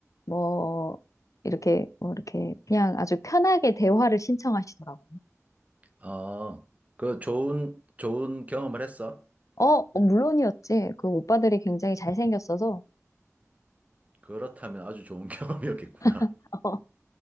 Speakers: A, on the left (about 80°); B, on the right (about 25°).
A: 뭐, 이렇게, 뭐, 이렇게, 그냥 아주 편하게 대화를 신청하시더라고.
B: 아, 그 좋은, 좋은 경험을 했어?
A: 어, 어, 물론이었지. 그 오빠들이 굉장히 잘생겼어서,
B: 그렇다면 아주 좋은 <laughs> 경험이었겠구나.
A: <laughs>